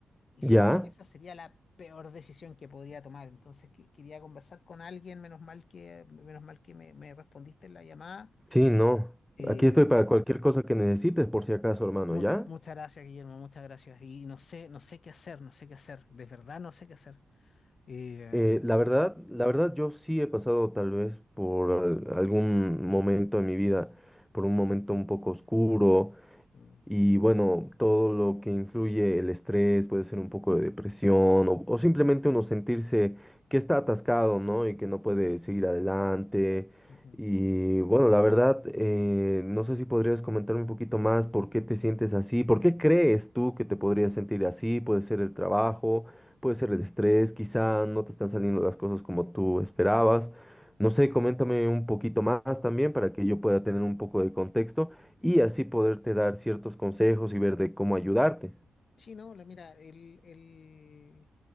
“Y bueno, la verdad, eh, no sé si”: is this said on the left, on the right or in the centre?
Centre